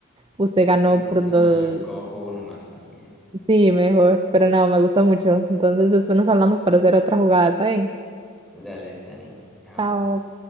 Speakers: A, on the right; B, in the centre.
A: Usted ganó
B: La próxima
A: por dos.
B: escojo uno más fácil.
A: Sí, mejor. Pero no, me gusta mucho. Entonces, después nos hablamos para hacer otra jugada, ¿saben?
B: Dale, está bien. Chao.
A: Chao.